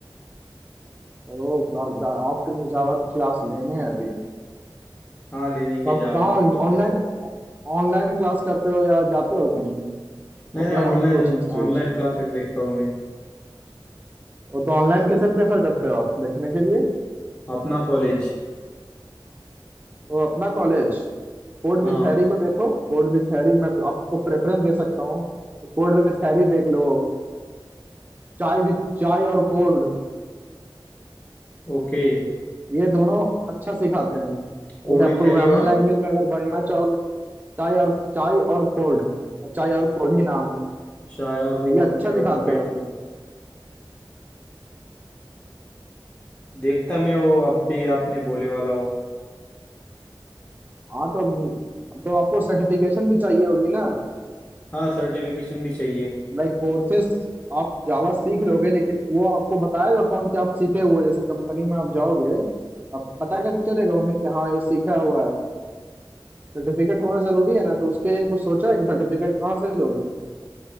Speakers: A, on the right; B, on the left.
A: ओ क्लास आपके जावा की क्लास लेने हैं अभी
B: हाँ लेने के
A: तो आप
B: जावा
A: कहाँ
B: के क्लास
A: ऑनलाइन ऑनलाइन क्लास करते हो या जाते हो कहीं
B: नहीं
A: ऑफलाइन
B: नहीं ऑनलाइन
A: कोचिंग इंस्टीट्यूट
B: ऑनलाइन क्लासेस देखता हूँ मैं
A: वो तो ऑनलाइन कैसे प्रेफर करते हो आप देखने के लिए
B: अपना कॉलेज
A: वो अपना कॉलेज कोड
B: हाँ
A: विथ हैरी को देखो कोड विथ हैरी मैं आपको प्रेफरेंस दे सकता हूँ कोड विथ हैरी देख लो चाय विथ चाय और कोड
B: ओके
A: ये दोनों अच्छा सिखाते हैं
B: कोड
A: लेकिन
B: विथ
A: आप प्रोग्रामिंग
B: हैरी और
A: लैंग्वेज में अगर बढ़ना चाहोगे चाय और चाय और कोड चाय और कोड ही नाम है
B: चाय और
A: भैया
B: कोड
A: अच्छा
B: क्या
A: सिखाते
B: ओके
A: हैं
B: ओके देखता मैं वो अब भी आपने बोले वाला हो
A: हाँ तो तो आपको सर्टिफिकेशन भी चाहिए होगी ना
B: हाँ सर्टिफिकेशन भी चाहिए
A: लाइक कोर्सेस आप जावा सीख लोगे लेकिन वो आपको बताएगा कौन कि आप सीखे हुए जैसे कंपनी में आप जाओगे अब पता कैसे चलेगा उन्हें कि हाँ ये सीखा हुआ है सर्टिफिकेट होना जरूरी है ना तो उसके लिए कुछ सोचा है कि सर्टिफिकेट कहाँ से लोगे